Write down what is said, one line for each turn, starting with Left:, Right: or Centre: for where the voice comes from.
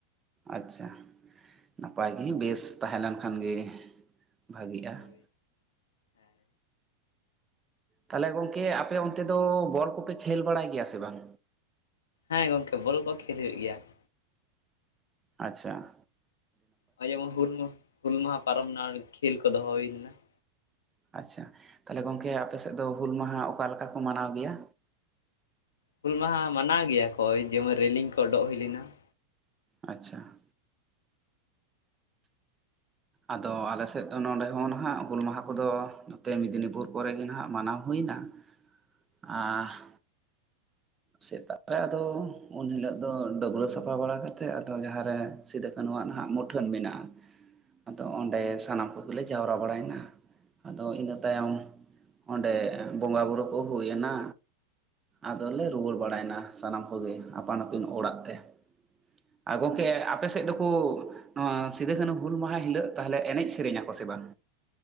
Right: ᱟᱪᱪᱷᱟ ᱱᱟᱯᱟᱭ ᱜᱮ ᱵᱮᱥ ᱛᱟᱦᱮᱸᱞᱮᱱ ᱠᱷᱟᱱ ᱜᱮ ᱵᱷᱟᱜᱮᱜᱼᱟ ᱾
Left: <unintelligible> ᱦᱮᱸ᱾
Right: ᱛᱟᱦᱚᱞᱮ ᱜᱚᱝᱠᱮ ᱟᱯᱮ ᱚᱱᱛᱮ ᱫᱚ ᱵᱚᱞ ᱠᱚᱯᱮ ᱠᱷᱮᱞ ᱵᱟᱲᱟᱭ ᱜᱮᱭᱟ ᱥᱮ ᱵᱟᱝ?
Left: ᱦᱮᱸ ᱜᱚᱝᱠᱮ ᱵᱚᱞ ᱠᱚ ᱠᱷᱮᱞ ᱦᱳᱭᱳᱜ ᱜᱮᱭᱟ ᱾
Right: ᱟᱪᱪᱷᱟ ᱾
Left: ᱦᱚᱜᱼᱚᱭ ᱡᱮᱢᱚᱱ ᱦᱩᱞ ᱦᱩᱞ ᱢᱟᱦᱟ ᱯᱟᱨᱚᱢᱱᱟ ᱠᱷᱮᱞ ᱠᱚ ᱫᱚᱦᱚ ᱦᱳᱭᱞᱮᱱᱟ ᱾
Right: ᱟᱪᱪᱷᱟ ᱛᱟᱦᱞᱮ ᱜᱚᱝᱠᱮ ᱟᱯᱮᱥᱮᱜ ᱫᱚ ᱦᱩᱞ ᱢᱟᱦᱟ ᱚᱠᱟ ᱞᱮᱠᱟ ᱠᱚ ᱢᱟᱱᱟᱣ ᱜᱮᱭᱟ?
Left: ᱦᱩᱞ ᱢᱟᱦᱟ ᱢᱟᱱᱟᱣ ᱜᱮᱭᱟᱠᱚ ᱡᱮᱢᱚᱱ ᱨᱮᱞᱤᱝ ᱠᱚ ᱚᱰᱚᱜ ᱦᱳᱭ ᱞᱮᱱᱟ ᱾
Right: ᱟᱪᱪᱷᱟ ᱾ ᱟᱫᱚ ᱟᱞᱮ ᱥᱮᱫ ᱫᱚ ᱱᱚᱰᱮ ᱦᱚᱸ ᱱᱟᱦᱟᱜ ᱦᱩᱞ ᱢᱟᱦᱟ ᱠᱚᱫᱚ ᱱᱚᱛᱮ ᱢᱮᱫᱽᱱᱤᱯᱩᱨ ᱠᱚᱨᱮ ᱜᱮ ᱱᱟᱦᱟᱜ ᱢᱟᱱᱟᱣ ᱦᱩᱭᱱᱟ ᱾
Left: <unintelligible>
Right: ᱟᱻ ᱾ ᱥᱮᱛᱟᱜ ᱨᱮ ᱟᱫᱚ ᱩᱱ ᱦᱤᱞᱳᱜ ᱫᱚ ᱰᱟᱹᱵᱽᱨᱟᱹ ᱥᱟᱯᱷᱟ ᱵᱟᱲᱟ ᱠᱟᱛᱮᱜ ᱟᱫᱚ ᱡᱟᱦᱟᱨᱮ ᱥᱤᱫᱟᱹ ᱠᱟᱹᱱᱩ ᱣᱟᱜ ᱱᱟᱦᱟᱜ ᱢᱩᱴᱷᱟᱹᱱ ᱢᱮᱱᱟᱜᱼᱟ ᱾ ᱟᱫᱚ ᱚᱸᱱᱰᱮ ᱥᱟᱱᱟᱢ ᱠᱚᱜᱮᱞᱮ ᱡᱟᱣᱨᱟ ᱵᱟᱲᱟᱭᱱᱟ ᱟᱫᱚ ᱤᱱᱟᱹ ᱛᱟᱭᱚᱢ ᱾ ᱚᱸᱱᱰᱮ ᱵᱚᱸᱜᱟ ᱵᱩᱨᱩ ᱠᱚ ᱦᱳᱭ ᱱᱟ ᱟᱫᱚᱞᱮ ᱾ ᱨᱩᱭᱟᱹᱲ ᱵᱟᱲᱟᱭ ᱱᱟ ᱥᱟᱱᱟᱢ ᱠᱚᱜᱮ ᱟᱯᱟᱱ ᱟᱹᱯᱤᱱ ᱚᱲᱟᱜ ᱛᱮ ᱾ ᱟ ᱜᱚᱢᱠᱮ ᱟᱯᱮ ᱥᱮᱫ ᱫᱚᱠᱚ ᱾ ᱱᱚᱣᱟ ᱥᱤᱫᱷᱳᱼ ᱠᱟᱹᱱᱦᱩ ᱦᱩᱞ ᱢᱟᱦᱟ ᱦᱤᱞᱳᱜ ᱛᱟᱦᱚᱞᱮ ᱮᱱᱮᱡ ᱥᱮᱨᱮᱧᱟ ᱥᱮ ᱵᱟᱝ